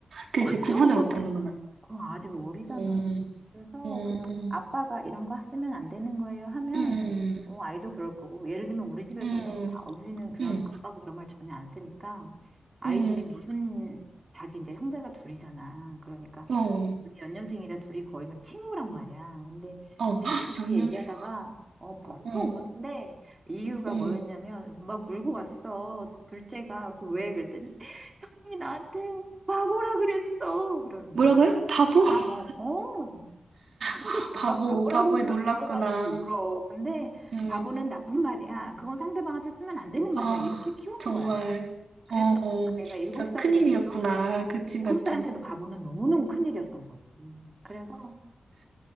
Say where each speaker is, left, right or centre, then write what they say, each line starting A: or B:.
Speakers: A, on the right (about 80°); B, on the right (about 30°).
A: 그
B: 어떤
A: 이제 구분을
B: 건지
A: 못하는구나.
B: 그거 아직 어리잖아.
A: 음,
B: 그래서
A: 음,
B: 그냥 아빠가 이런 거 쓰면 안 되는 거예요 하면
A: 음,
B: 어, 아이도 그럴 거고 예를 들면 우리 집에서는
A: 음,
B: 아, 우리는 그런
A: 음,
B: 아빠가 그런 말 전혀 안 쓰니까 아이들이
A: 음,
B: 무슨 자기 이제 형제가 둘이잖아. 그러니까
A: 어,
B: 둘이 연년생이라 둘이 거의 뭐 친구란 말이야. 근데
A: 어,
B: 자기들끼리
A: <gasps>
B: 얘기하다가
A: 연년생.
B: 어, 펑펑
A: 응,
B: 우는데 이유가
A: 응.
B: 뭐였냐면 막 울고 왔어. 둘째가 그래서 왜 그랬더니 형이 나한테 바보라 그랬어. 그러는
A: 뭐라고요?
B: 거야.
A: 바보?
B: 바보.
A: <laughs>
B: 어. 근데
A: 아
B: 지가
A: 바보,
B: 바보라고
A: 바보에
B: 가-
A: 놀랐구나.
B: 그걸 가지고 울어. 근데
A: 응.
B: 바보는 나쁜 말이야. 그건 상대방한테 쓰면 안 되는 말이야.
A: 아,
B: 이렇게 키운
A: 정말.
B: 거야. 그랬더니
A: 어, 어,
B: 그
A: 진짜
B: 애가 일곱 살이
A: 큰일이었구나.
B: 돼서도
A: 그 친
B: 일곱
A: 같은.
B: 살한테도 바보는 너무너무 큰일이었던 거지. 그래서